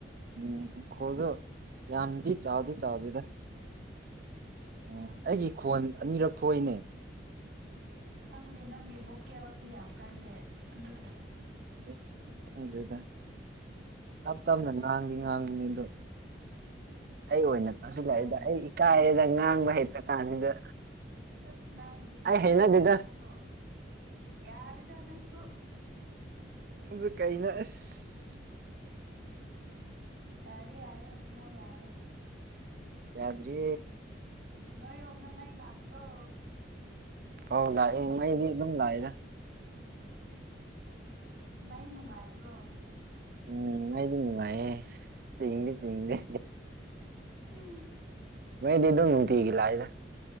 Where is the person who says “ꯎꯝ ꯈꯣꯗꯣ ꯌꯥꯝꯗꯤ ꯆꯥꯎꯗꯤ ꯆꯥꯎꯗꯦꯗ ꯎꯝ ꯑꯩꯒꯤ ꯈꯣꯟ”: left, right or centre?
Right